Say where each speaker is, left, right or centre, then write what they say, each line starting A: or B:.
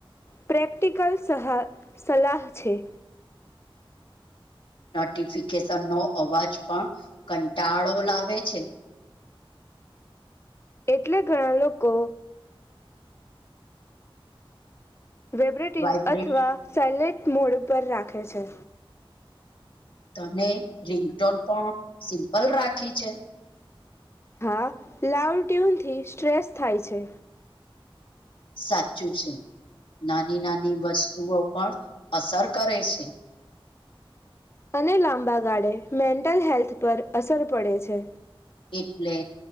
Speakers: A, on the left (about 25°); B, on the left (about 60°).
A: પ્રેક્ટિકલ સહ સલાહ છે.
B: નોટિફિકેશન નો અવાજ પણ કંટાળો લાવે છે
A: એટલે ઘણા લોકો વેબ્રેટીન
B: વાઇબ્રેટ
A: અથવા સાયલેટ મોડ પર રાખે છે.
B: તને રિંગટોન પણ સિમ્પલ રાખી છે
A: હા, લાવ ટ્યુનથી સ્ટ્રેસ થાય છે
B: સાચું છે! નાની નાની વસ્તુઓ પણ અસર કરે છે.
A: અને લાંબા ગાળે મેન્ટલ હેલ્થ પર અસર પડે છે
B: એટલે